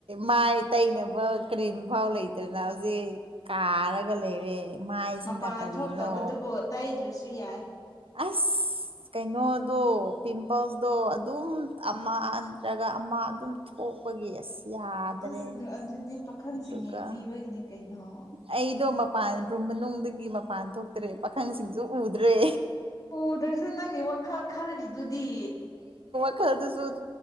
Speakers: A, on the right (about 80°); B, on the left (about 40°).
A: ꯃꯥꯏ ꯇꯩꯅꯕ ꯀꯔꯤꯝ ꯐꯥꯎ ꯂꯩꯇ꯭ꯔꯦꯅ ꯍꯧꯖꯤꯛ ꯀꯥꯔꯒ ꯂꯩꯔꯦ ꯃꯥꯏꯁꯤꯅ
B: ꯃꯄꯥꯟ
A: ꯀꯔꯤꯅꯣ
B: ꯊꯣꯛꯇꯕꯗꯨꯕꯨ ꯇꯩꯗ꯭ꯔꯁꯨ ꯌꯥꯏ
A: ꯑꯁ ꯀꯩꯅꯣꯗꯣ ꯄꯤꯝ ꯄꯜꯁꯇꯣ ꯑꯗꯨꯝ ꯑꯃ ꯅꯠꯇ꯭ꯔꯒ ꯑꯃ ꯑꯗꯨꯝ ꯊꯣꯛꯄꯒꯤ ꯑꯁ ꯌꯥꯗꯔꯦ
B: ꯑꯁ ꯑꯗꯨꯗꯤ ꯄꯥꯈꯪꯁꯤꯡ
A: ꯑꯗꯨꯒ
B: ꯌꯦꯡꯕꯤꯕꯒꯤꯅꯤ ꯀꯩꯅꯣ
A: ꯑꯩꯗꯣ ꯃꯄꯥꯟ ꯔꯨꯝ ꯃꯅꯨꯡꯗꯒꯤ ꯃꯄꯥꯟ ꯊꯣꯛꯇ꯭ꯔꯦ ꯄꯥꯈꯪꯁꯤꯡꯁꯨ ꯎꯗ꯭ꯔꯦ
B: ꯎꯗꯁꯨ ꯅꯪꯒꯤ ꯋꯥꯈꯜ ꯈꯜꯂꯤꯗꯨꯗꯤ
A: ꯈꯔꯗꯨꯁꯨ